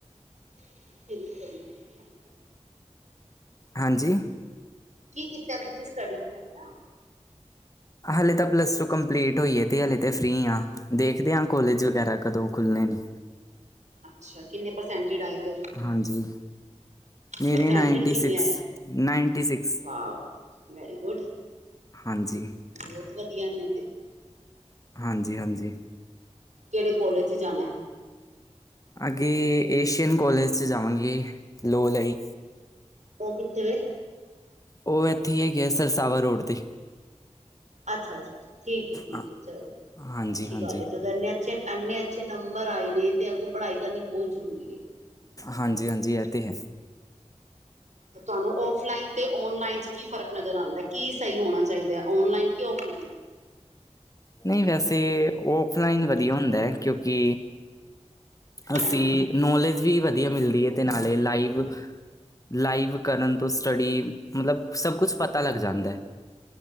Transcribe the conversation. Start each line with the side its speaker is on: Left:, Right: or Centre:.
Right: <inaudible> ਕੀ ਕੀਤਾ ਮਤਲਬ?
Left: ਹਾਂਜੀ।
Right: ਕੀ ਕੀਤਾ ਤੁਸੀਂ ਸਟਡੀ ਚ ਮੈਂ ਕਿਹਾ?
Left: ਹਲੇ ਤਾਂ ਪਲੱਸ ਟੂ ਕੰਪਲੀਟ ਹੋਈ ਹੈ ਤੇ ਹਲੇ ਤੇ ਫ੍ਰਰੀ ਆ ਦੇਖਦੇ ਹਾਂ ਕੋਲੇਜ ਵਗੈਰਾ ਕਦੋਂ ਖੁਲਨੇ ਨੇ।
Right: ਅੱਛਾ ਕਿੰਨੇ ਪ੍ਰਸੈਂਟੇਡ ਆਏ। ਫਿਰ
Left: ਹਾਂਜੀ। ਮੇਰੇ
Right: ਪਰਸੈਂਟੇਜ
Left: ਨਾਈਨਟੀ
Right: ਕਿੰਨੇ
Left: six ninety
Right: ਆਏ ਨੇ
Left: six.
Right: Wow very good
Left: ਹਾਂਜੀ
Right: ਬਹੁਤ ਵਧੀਆ ਨੇ ਉਹਤੇ।
Left: ਹਾਂਜੀ-ਹਾਂਜੀ।
Right: ਕਿਹੜੇ ਕੋਲੇਜ ਜਾਣਾ ਏ?
Left: ਅੱਗੇ ਏਸ਼ੀਅਨ ਕੋਲੇਜ ਚ ਜਾਵਾਂਗੇ ਲੋਅ ਲਈ।
Right: ਉਹ ਕਿੱਥੇ ਵੈ?
Left: ਉਹ ਇੱਥੇ ਹੀ ਹੈਗੇ ਆ, ਸਰਸਾਵਾ ਰੋਡ ਤੇ।
Right: ਅੱਛਾ-ਅੱਛਾਜੀ ਠੀਕ ਏ, ਠੀਕ
Left: ਹਾਂ
Right: ਏ ਚਲੋ,
Left: ਹਾਂਜੀ
Right: ਅੱਛੀ
Left: ਹਾਂਜੀ
Right: ਗੱਲ ਜਦੋਂ ਇੰਨੇ ਅੱਛੇ ਇੰਨੇ ਅੱਛੇ ਨੰਬਰ ਆਏ ਨੇ ਤੇ ਅੱਗੋਂ ਪੜ੍ਹਾਈ ਕਰਨੀ ਬਹੁਤ ਜ਼ਰੂਰੀ ਏ।
Left: ਹਾਂਜੀ-ਹਾਂਜੀ, ਇਹ ਤਾਂ ਹੈ।
Right: ਤੇ ਤੁਹਾਨੂੰ ਫੋਲਾਈਨ ਤੇ ਔਨਲਾਈਨ ਚ ਕੀ ਫਰਕ ਨਜ਼ਰ ਆਂਦਾ ਕੀ ਸਹੀ ਹੋਣਾ ਚਾਹੀਦਾ ਹੈ ਔਨਲਾਈਨ ਕਿਫੌਨ ਲਾਇਨ
Left: ਨਹੀਂ ਵੈਸੇ ਔਫਲਾਈਨ ਵਧੀਆ ਹੁੰਦਾ ਹੈ। ਕਿਉਂਕਿ ਅਸੀਂ
Right: ਹਮ
Left: ਨੋਲੇਜ ਵੀ ਵਧੀਆ ਮਿਲਦੀ ਹੈ ਤੇ ਨਾਲੇ ਲਾਈਵ ਲਾਈਵ ਕਰਨ ਤੋਂ ਸਟੱਡੀ ਮਤਲਬ ਸਭ ਕੁਛ ਪਤਾ ਲੱਗ ਜਾਂਦਾ ਹੈ।